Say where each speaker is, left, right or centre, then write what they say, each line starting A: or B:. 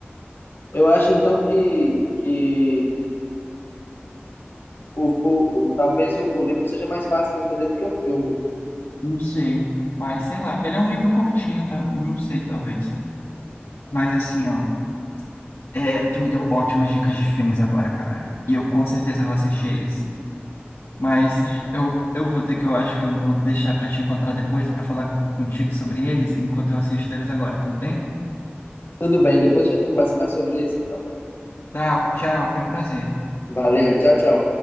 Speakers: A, on the left (about 55°); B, on the left (about 75°).
A: Eu acho, então, que, que o, o, o- talvez o, o livro seja mais fácil de entender do que o filme. né?
B: Não sei, mas sei lá. Ele é um livro curtinho, tá? Não sei, talvez. Mas assim, ó, é, tu me deu ótimas dicas de filmes agora, cara. E eu com certeza vou assistir eles. Mas eu, eu vou ter que, eu acho que eu vou deixar para te encontrar depois para falar contigo sobre eles, enquanto eu assisto eles agora, tudo bem?
A: Tudo bem, depois a gente conversa mais sobre isso, então.
B: Tá, tchau, foi um prazer.
A: Valeu, tchau, tchau.